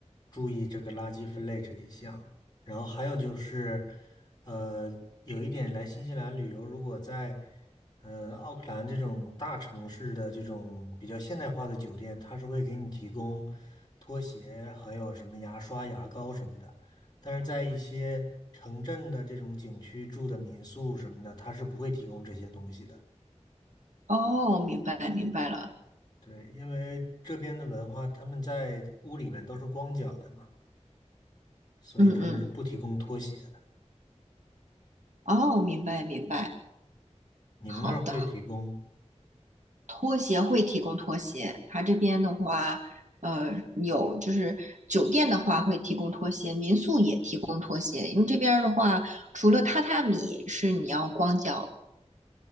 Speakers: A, on the left (about 35°); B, on the right (about 80°).
A: 注意这个垃圾分类这一项。然后还有就是，呃，有一点来新西兰旅游，如果在呃奥克兰这种大城市的这种比较现代化的酒店，它是会给你提供拖鞋，还有什么牙刷、牙膏什么的。但是在一些城镇的这种景区住的民宿什么的，他是不会提供这些东西的。
B: 哦，明白明白了，
A: 对，因为这边的文化，他们在屋里面都是光脚的嘛，所以他们是不提供拖鞋的。
B: 嗯嗯，哦，明白明白，
A: 你们那儿会提供
B: 好的。拖鞋会提供拖鞋，它这边的话，呃，有就是酒店的话会提供拖鞋，民宿也提供拖鞋。因为这边儿的话，除了榻榻米是你要光脚，